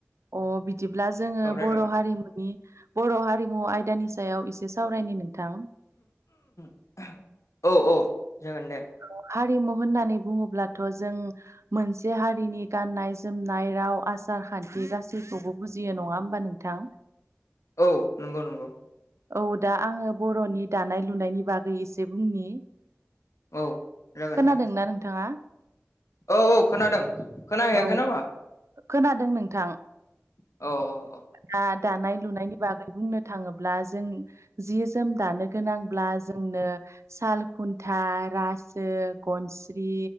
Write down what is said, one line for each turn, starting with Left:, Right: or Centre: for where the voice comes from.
Right: अ बिदिब्ला जोङो
Left: औ रायलायगोन
Right: बर' हारिमु नि बर' हारिमु आयदानि सायाव एसे सावरायनि नोंथां।
Left: <inaudible> औ औ जागोन दे।
Right: औ हारिमु होननानै बुङोब्लाथ' जों मोनसे हारिनि गाननाय-जोमनाय, राव, आसार-खान्थि गासैखौबो बुजियो नङा होमबा नोंथां।
Left: औ नंगौ नंगौ।
Right: औ दा आङो बर'नि दानाय लुनायनि बागै एसे बुंनि।
Left: औ जागोन
Right: खोनादोंना
Left: दे
Right: नोंथाङा?
Left: औ औ खोनादों खोनाहैयाखै
Right: औ
Left: ना मा?
Right: खोनादों नोंथां।
Left: औ औ औ
Right: ना दानाय लुनायनि बागै बुंनो थाङो ब्ला जों जि जोम दानो गोनांब्ला जोंनो साल खुन्था रासो गनस्रि